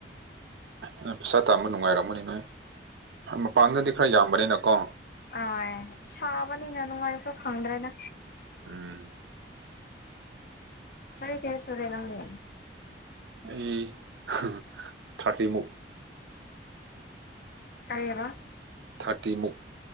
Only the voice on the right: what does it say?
ꯅꫭꯏ ꯄꯩꯁꯥ ꯇꯥꯟꯕ ꯅꯨꯡꯉꯥꯏꯔꯝꯒꯅꯤ ꯅꯣꯏ ꯃꯄꯥꯟꯗꯗꯤ ꯈꯔ ꯌꯥꯝꯕꯅꯤꯅꯀꯣ
ꯎꯝ
ꯑꯩ <unintelligible> ꯊꯥꯔꯇꯤꯟꯃꯨꯛ
ꯊꯥꯔꯇꯤꯃꯨꯛ